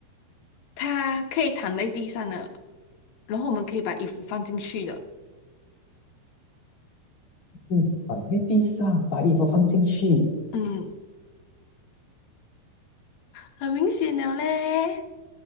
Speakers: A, on the left; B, on the left.
A: 它可以躺在地上的，然后我们可以把衣服放进去的。
B: 嗯，放在地上，把衣服放进去，
A: 嗯，很明显了嘞，